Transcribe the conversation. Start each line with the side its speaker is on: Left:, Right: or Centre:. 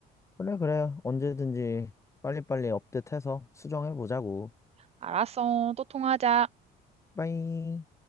Left: 그래, 그래. 언제든지 빨리빨리 업데이트해서 수정해보자고.
Right: 알았어. 또 통화하자.
Left: 빠이.